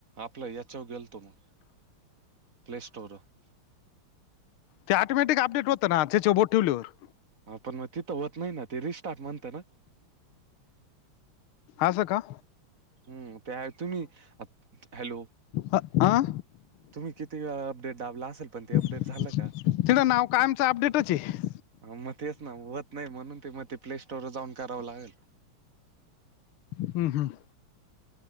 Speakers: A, on the right (about 40°); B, on the left (about 75°).
A: आपलं यांच्यावर गेलतो मंग. प्ले स्टोरवर.
B: ते ऑटोमॅटिक अपडेट होतं नां तेच्यांवर बोटं ठेवल्यांवर.
A: हां पणं मंग तिथं होतं नाहीं नां ते रिस्टार्ट म्हणतं नां.
B: असं कां.
A: हम्मं त्यां तुम्हीं हॅलो.
B: हा
A: तुम्हीं कितीे वेळां अपडेट दाबलां असेल. पण ते
B: तिथं
A: अपडेट झालं का
B: नांव कायमचं अपडेटच हेये.
A: हं मंग तेचं नां होतं नाहीं म्हणूंन ते मंग ते प्ले स्टोरवर जाऊंन करावं लागेल.
B: हम्मं हम्मं.